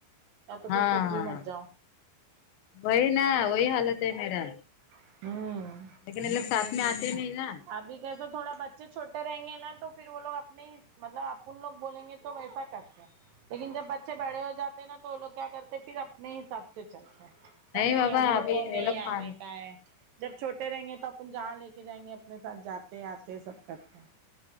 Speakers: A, on the right; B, on the left.
A: یا تو
B: ہاں
A: پھر خود بھی مت جاؤ
B: وہی نا وہی حالت ہے میرا
A: ہوں
B: لیکن یہ لوگ ساتھ میں آتے ہی نہیں نا
A: ابھی کیسو تھوڑا بچے چھوٹے رہیں گے نا تو پھر وہ لوگ اپنے ہی مطلب اپن لوگ بولیں گے تو ویسا ہی کرتے ہیں لیکن جب بچے بڑے ہو جاتے ہیں نا تو وہ لوگ کیا کرتے ہیں پھر اپنے ہی حساب سے چلتے ہیں کیا نہیں
B: بابا
A: ہم لوگ
B: ابھی
A: کو
B: یہ
A: نہیں
B: لوگ
A: آنے
B: مان
A: کا ہے جب چھوٹے رہیں گے تپ تم جہاں لے کے جائینگے اپنے ساتھ جاتے آتے سب کرتے ہے